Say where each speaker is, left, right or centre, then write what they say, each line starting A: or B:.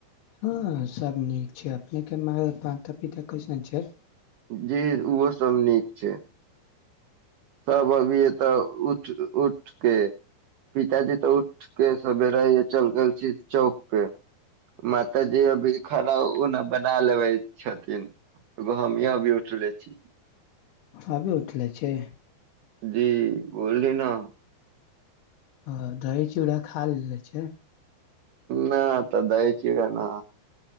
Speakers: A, on the left (about 75°); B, on the right (about 80°).
A: हँ सब नीक छै। अपने के माता-पिता कैसन छै?
B: जी ओहो एकदम नीक छै। सभ अभीये तऽ उठ उठके पिताजी तऽ उठके सबेरहि चल गेल छी चौक पे। माता जी अभी खड़ा ओ ने। बना लेबै छथि। एगो हमये अभी उठले छी।
A: अभी उठले छी?
B: जी बोली ने
A: ह दही चूड़ा खा लेने छै।
B: ना तऽ दही चुरा ना।